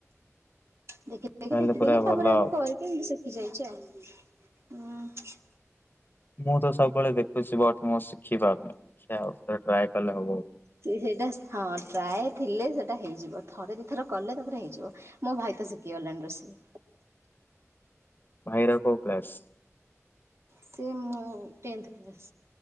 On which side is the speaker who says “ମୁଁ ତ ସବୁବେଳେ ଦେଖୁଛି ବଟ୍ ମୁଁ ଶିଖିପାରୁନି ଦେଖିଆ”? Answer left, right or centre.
Left